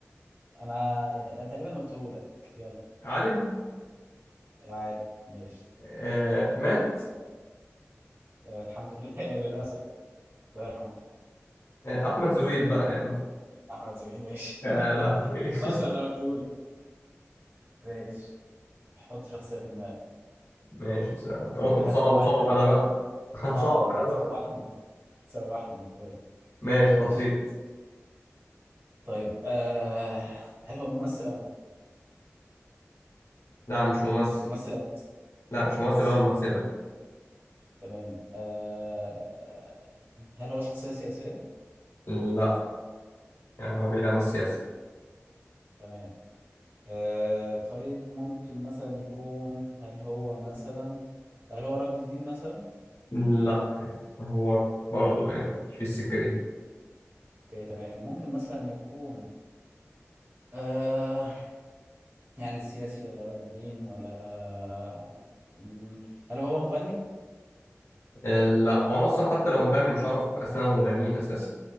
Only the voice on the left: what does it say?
عالم
آه مات
آه أحمد زويل بقى يعني
يا
لهوي
<laughs>
ماشي سهل. طب أنت بتصعب
صعب أنا بقى <laughs>
صعب
أنا
بقى
ماشي
حطيت
لا مش ممثل
لا مش
ممثل
أو ممثلة
لا يعني هو بعيد عن السياسة
لا هو برضو يعني مش في السكة دي
آه، لا هو أنا أصلا حتى لو مغني مش عارف أسماء المغنيين أساسا